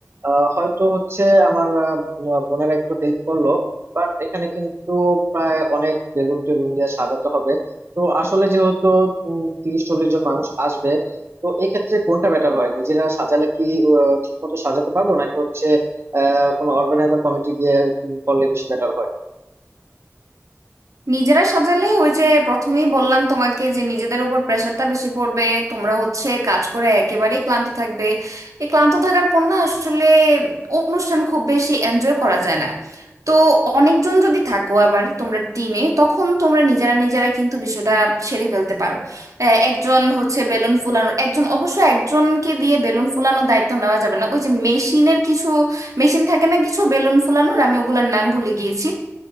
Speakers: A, on the right; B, on the right.
A: আহ, হয়তো হচ্ছে আমার আহ, বোনেরা একটু হেল্প করলো বাট এখানে কিন্তু প্রায় অনেক বেলুন টেলুন দিয়ে সাজাতে হবে তো আসলে যেহেতু উম, তিরিশ চল্লিশ জন মানুষ আসবে তো এক্ষেত্রে কোনটা বেটার হয় নিজেরা সাজালে কি আহ, ঠিক মতো সাজাতে পারবো নাকি হচ্ছে আহ কোনো অর্গানাইজার কমিটি দিয়ে উম, করলে বেশি বেটার হয়
B: নিজেরা সাজালে ওই যে প্রথমেই বললাম তোমাকে যে নিজেদের উপর প্রেশারটা বেশি পড়বে তোমরা হচ্ছে কাজ করে একেবারেই ক্লান্ত থাকবে এই ক্লান্ত থাকার পর না আসলে অনুষ্ঠান খুব বেশি এনজয় করা যায় না তো অনেকজন যদি থাকো আবার তোমরা টিমে তখন তোমরা নিজেরা নিজেরা কিন্তু বিষয়টা সেরে ফেলতে পারো আহ, একজন হচ্ছে বেলুন ফুলানোর একজন অবশ্য একজনকে দিয়ে বেলুন ফুলানোর দায়িত্ব নেওয়া যাবে না ওই যে মেশিনের কিছু মেশিন থাকে না কিছু বেলুন ফুলানোর আমি ওগুলোর নাম ভুলে গিয়েছি